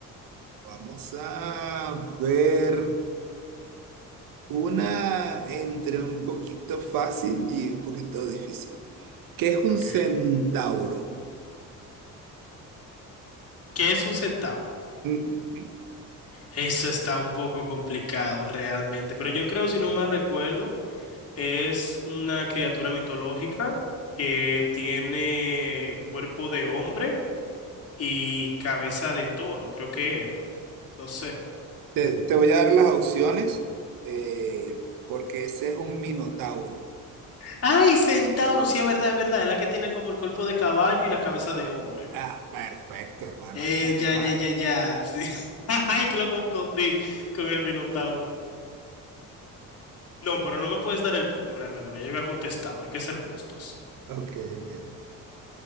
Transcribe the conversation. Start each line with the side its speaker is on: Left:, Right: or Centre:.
Right: Vamos a ver una entre un poquito fácil y un poquito difícil. ¿Qué es un
Left: Ok.
Right: centauro?
Left: ¿Qué es un centauro?
Right: Mm,
Left: Eso está un poco complicado realmente, pero yo creo, si no mal recuerdo, es una criatura mitológica que tiene cuerpo de hombre y cabeza de toro, creo que es. No sé.
Right: Te, te voy a dar las opciones eh, porque ese es un minotauro.
Left: ¡Ay, centauro! Sí, es verdad, es verdad. Es la que tiene como el cuerpo de caballo y la cabeza de hombre.
Right: Ah, perfecto, hermano.
Left: Eh,
Right: Esta misma
Left: ya, ya, ya,
Right: es.
Left: ya. Sí. <laughs> Ay, que lo confundí con el minotauro. No, pero no me puedes dar el punto realmente, porque yo había contestado. Hay que ser justos.
Right: Ok, ok, ok.